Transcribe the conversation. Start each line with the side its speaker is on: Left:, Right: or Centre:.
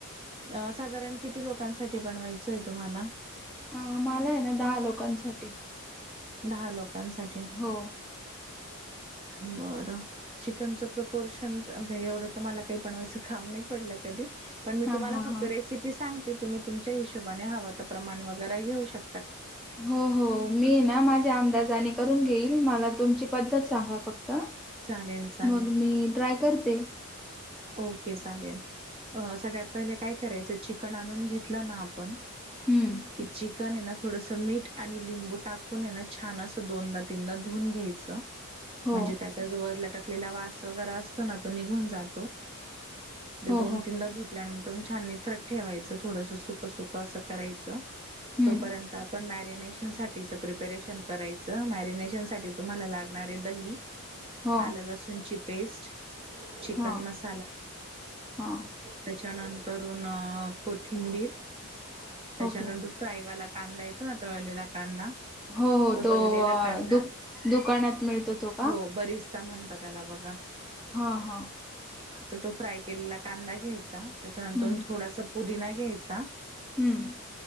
Right: अ साधारण किती लोकांसाठी बनवायचंय तुम्हाला?
Centre: हा मला आहे ना दहा लोकांसाठी.
Right: दहा लोकांसाठी
Centre: हो
Right: बरं चिकनचं प्रपोर्शन म्हणजे एवढं तर मला काही बनवायचं काम नाही पडलं कधी. पण मी
Centre: हा
Right: तुम्हाला
Centre: हा
Right: फक्त
Centre: हा
Right: रेसिपी सांगते तुम्ही तुमच्या हिशोबाने हवं तर प्रमाण वगैरे घेऊ शक
Centre: हो हो मी ना माझ्या अंदाजाने करून घेईल मला तुमची पद्धत सांगा फक् त
Right: चालेल चालेल
Centre: मग मी ट्राय करते
Right: ओके चालेल. अ सगळ्यात पहिले काय करायचं चिकन आणून घेतलं ना आपण
Centre: हम्म
Right: <unintelligible> चिकन आहे ना थोडस मीठ आणि लिंबू टाकून ये ना छान असं दोनदा तनदा धुवून घ्यायचं
Centre: हो
Right: म्हणजे त्याचा जो लटकलेला वास वगैरे असतो ना तो निघून जातो ते
Centre: हो
Right: दोन
Centre: हो
Right: तीनदा धुतल्यानंतर छाननीथट ठेवायचं थोडस सुक सुक असं करायचं
Centre: हम्म
Right: तोपर्यंत आपण मॅ मरिनेशन सा प्रिपेरेशन करायचं मॅरिनेशन साठी तुम्हाला लागणारे दही
Centre: हो
Right: आल लसूणची पेस्ट चिकन
Centre: हा
Right: मसा
Centre: हा
Right: त्याच्यानंतरून कोथिंबीर त्याच्यानंतर
Centre: ओके
Right: तो फ्राईवाला कांदा येतो ना तळलेला कांदा
Centre: हो हो
Right: तो तळलेला
Centre: अ,
Right: कांदा
Centre: दु दुकानात मिळतो तो का
Right: हो बरीच म्हणत त्याला बघा
Centre: हा हा.
Right: तर तो फ्राय केलेला कांदा घ्यायचा त्याच्यानंतर
Centre: हम्म
Right: थोडासा पुदिना घ्यायचा
Centre: हम्म.